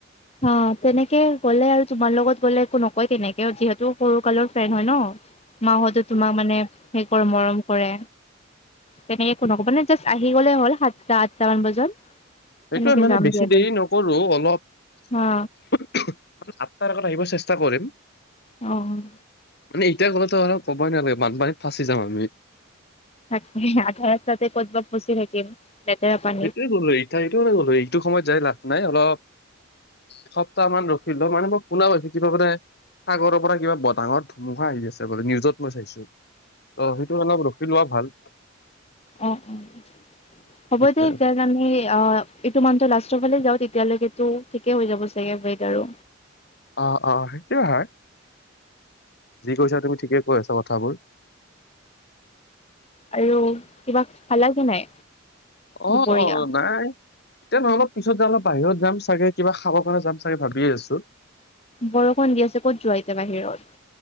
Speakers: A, on the left (about 30°); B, on the left (about 55°).
A: হা তেনেকে গ'লে আৰু তোমাৰ লগত গ'লে একো নকয় তেনেকে যিহেতু সৰু কালৰ ফেন হয় ন? মাহঁতে তোমাক মানে সেই কৰে মৰম কৰে। তেনেকে একো নক'ব মানে জাষ্ট আহি গ'লে হ'ল সাতটা, আঠটা মান বজাত। তেনেকে
B: সেইটোয়ে মানে
A: যাম
B: বেছি
A: দিয়াতে
B: দেৰি নকৰো অলপ
A: হা।
B: <unintelligible> আঠটাৰ আগত আহিব চেষ্টা কৰিম।
A: অ',
B: মানে এতিয়া গ'লেতো আৰু কবই নালাগে বানপানীত ফাঁচি যাম আমি।
A: তাকে আধা ৰাস্তাতে কতবা ফছি থাকিম। লেতেৰা পান
B: সেইটোৱে গ'লো হৈ এই ঠাইটো লৈ গলোঁ হৈ এইটো সময়ত যাই লাভ নাই অলপ এসপ্তাহ মান ৰখিলো মানে মই শুনা পাইছোঁ কিবা মানে সাগৰৰ পৰা কিবা বতাহত ধুমুহা আহি আছে বোলে নিউজত মই চাইছোঁ। অ, সেইটো অলপ ৰখি লোৱা ভাল।
A: অ', অ', হ'ব
B: সেইটোৱে
A: দিয়া <unintelligible> তে আমি অ, এইটো মান্থৰ লাষ্টৰ ফালে যাওঁ তেতিয়ালৈকে টো ঠিকে হৈ যাব চাগে য়েদাৰও।
B: অ', অ', সেইটোয় হয়। যি কৈছা তুমি ঠিকে কৈ আছা কথাবোৰ।
A: আইয় কিবা খালা কি নাই? দুপৰীয়া
B: অ', অ', নাই। তে নহয় অলপ পিছত যাম অলপ বাহিৰ যাম চাগে কিবা খাব কাৰণে যাম চাগে ভাবিয়ে আছোঁ।
A: বৰষুণ দি আছে ক'ত যোৱা এতিয়া বাহিৰত?